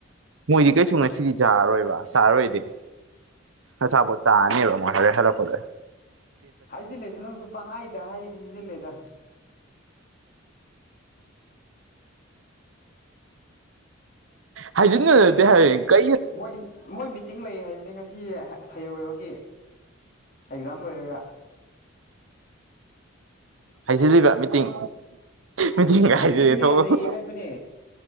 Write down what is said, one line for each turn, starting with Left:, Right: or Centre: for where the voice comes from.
Right: ꯃꯣꯏꯗꯤ ꯀꯩꯁꯨ ꯉꯁꯤꯗꯤ ꯆꯥꯔꯔꯣꯏꯕ ꯆꯥꯔꯔꯣꯏꯗꯤ ꯑꯁꯥꯄꯣ ꯆꯥꯅꯤꯕ ꯍ ꯍꯥꯂꯄꯣꯗ
Left: ꯍꯥꯏꯖꯤꯜꯂꯁꯨ ꯅꯪꯁꯨ ꯄꯪꯍꯥꯏꯗ ꯍꯥꯏꯔꯤꯗꯤ ꯁꯤꯖꯤꯜꯂꯦꯗ
Right: ꯍꯥꯏꯖꯗꯠꯇ
Left: ꯃꯣꯏ ꯀꯩꯅꯣꯝ
Right: ꯍꯥꯏ ꯀ
Left: ꯃꯣꯏ ꯃꯣꯏ ꯃꯤꯇꯤꯡ ꯂꯩ ꯍꯥꯏꯕꯅꯤ ꯉꯁꯤ ꯐꯤꯌꯔꯋꯦꯜꯒꯤ ꯑꯦꯛꯖꯥꯝ ꯂꯣꯏꯔꯒ
Right: ꯍꯥꯏꯖꯤꯜꯂꯤꯕ꯭ꯔꯥ ꯃꯤꯇꯤꯡ ꯃꯤꯇꯤꯡꯒ ꯍꯥꯏꯖꯤꯂꯦ
Left: ꯃꯤꯇꯤꯡꯅꯦ
Right: ꯊꯣꯛꯑꯣ
Left: ꯂꯩꯌꯦ ꯍꯥꯏꯕꯅꯦ